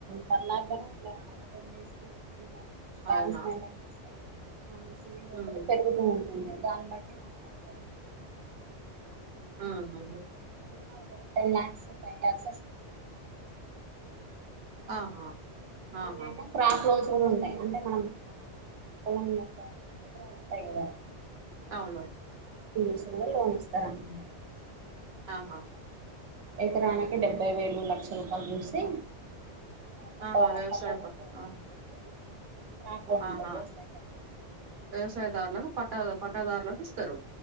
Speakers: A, on the right; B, on the right.
A: వన్ లాక్ అయినా అట్లా ఒక టెన్ డేస్ కి <unintelligible>
B: అవునా
A: సివింగ్
B: ఉమ్
A: ఒకటి పెరుగుతూ ఉంటుంది దాన్ బట్టి మనం
B: ఆహా
A: మినిమమ్ ఒక టెన్ లక్స్ ఫైవ్ లక్స్ వస్
B: ఆహా ఆహా
A: ఒ మినిమమ్ ప్రాబ్లెమ్ తోన్ ఉంటాయి అంటే మనం మన పొలం యొక్క <inaudible> ఉంటాయి కదా
B: అవును
A: ఈసారే రాయిస్తారానమాట
B: ఆహా
A: ఎకరానికి డెబ్బై వేలు లక్ష రూపాయలు చూసి పట్ట
B: ఆహా వ్యవసాయ
A: పట్ట బుక్కు
B: ప
A: దాన్ని
B: ఆ
A: బట్టి
B: ఆహా
A: <unintelligible>
B: వ్యవసాయదారులకు పట్టా పట్టాదారులకు ఇస్తారు